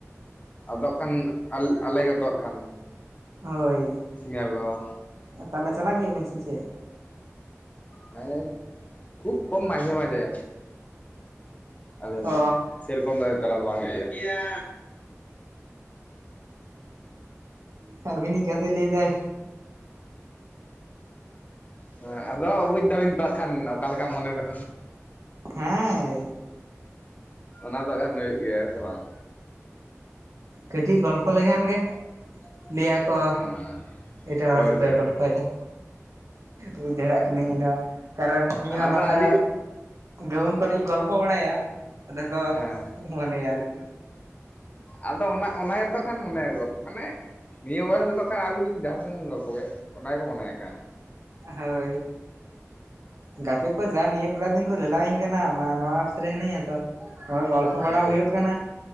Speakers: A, on the left; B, on the right.
A: ᱟᱫᱚᱜ ᱠᱷᱟᱱ ᱟᱞᱮ ᱜᱮᱛᱚᱜ ᱠᱷᱟᱱ᱾
B: ᱦᱳᱭ
A: ᱥᱤᱱᱤᱭᱟᱨ ᱠᱚᱫᱚ
B: ᱛᱟᱦᱞᱮ ᱪᱟᱞᱟᱜ ᱜᱮᱭᱟᱵᱮᱱ ᱥᱮ ᱪᱮᱫ?
A: ᱦᱮᱸ ᱠᱷᱩᱵ ᱠᱚᱢ ᱢᱟᱡᱮ ᱢᱟᱡᱮ᱾ ᱟᱞᱤᱧ
B: ᱚ
A: ᱦᱚᱸ ᱥᱮᱨᱚᱠᱚᱢ ᱫᱚ ᱪᱟᱞᱟᱣ ᱫᱚ ᱵᱟᱝ ᱦᱩᱭᱩᱜ ᱜᱤᱭᱟ᱾
B: ᱦᱮᱸ ᱟᱹᱵᱤᱱᱤ ᱜᱟᱛᱮ ᱞᱟᱹᱭᱫᱟᱭ᱾
A: ᱦᱮᱸ ᱟᱫᱚ ᱵᱩᱡ ᱫᱟᱵᱤᱱ ᱛᱚ ᱠᱷᱟᱱ ᱚᱠᱟ ᱞᱮᱠᱟ ᱢᱚᱱᱮ ᱫᱚ᱾
B: ᱦᱮᱸ
A: ᱚᱱᱟ ᱫᱚ ᱦᱟᱸᱜ ᱠᱷᱟᱱ ᱦᱩᱭᱩᱜ ᱜᱮᱭᱟ ᱦᱮᱸ ᱥᱮ ᱵᱟᱝ
B: ᱠᱟᱤᱡᱤ ᱜᱚᱞᱯᱷᱚ᱾ ᱜᱚᱞᱯᱷᱚ ᱞᱮᱠᱷᱟᱱ ᱜᱮ ᱞᱤᱭ ᱠᱚ᱾
A: ᱦᱮᱸ
B: ᱮᱴᱟᱜ ᱦᱚᱲ
A: ᱦᱳᱭ
B: ᱥᱟᱛᱮᱜ-ᱮ
A: ᱦᱳᱭ
B: ᱜᱚᱞᱯᱷᱚᱭ
A: ᱦᱳᱭ
B: ᱫᱟᱭ ᱵᱩᱡᱫᱟᱲᱮ ᱠᱟᱹᱱᱟᱹᱧ ᱤᱧ ᱦᱚᱸ, ᱠᱟᱨᱚᱱ ᱤᱧ
A: ᱚᱱᱟ
B: ᱦᱚᱸ
A: ᱫᱚ
B: ᱱᱚᱛᱮ
A: ᱟᱹᱰᱤ
B: ᱜᱨᱟᱣᱩᱱᱰ ᱠᱚᱨᱮᱜᱧ ᱜᱚᱞᱯᱷᱚ ᱵᱟᱲᱟᱭᱟ ᱟᱫᱚ ᱠᱚ
A: ᱦᱮᱸ
B: ᱢᱚᱱᱮᱭᱟ ᱟᱨᱠᱤ᱾
A: ᱟᱫᱚ ᱚᱱᱟ ᱚᱱᱟ ᱜᱮᱛᱚ ᱠᱷᱟᱱ ᱢᱚᱱᱮᱭᱟ ᱠᱚ ᱢᱟᱱᱮ ᱱᱤᱭᱟᱹ ᱵᱚᱭᱮᱥ ᱨᱮᱫᱚ ᱦᱟᱸᱜ ᱠᱷᱟᱱ ᱟᱵᱤᱱ ᱡᱩᱫᱤ ᱡᱟᱦᱟᱸᱭ ᱥᱟᱸᱶ ᱵᱮᱱ ᱜᱚᱞᱯᱚ ᱠᱮᱛ ᱚᱱᱟ ᱜᱮᱠᱚ ᱢᱚᱱᱮᱭᱟ ᱦᱟᱸᱜ ᱠᱷᱟᱱ ᱾
B: ᱦᱳᱭ, ᱜᱟᱛᱮ ᱠᱚ ᱡᱟ ᱱᱤᱭᱟᱹ ᱠᱚᱴᱟ ᱫᱤᱱ ᱠᱚ ᱞᱮᱞᱟᱣᱤᱧ ᱠᱟᱱᱟ ᱢᱟ ᱱᱚᱣᱟ ᱦᱤᱱᱟᱹᱧ-ᱟ ᱛᱚ ᱱᱚᱜ-ᱚᱭ ᱜᱚᱞᱯᱚ
A: ᱟᱪᱪᱷᱟ
B: ᱵᱟᱲᱟ ᱦᱩᱭᱩᱜ ᱠᱟᱱᱟ᱾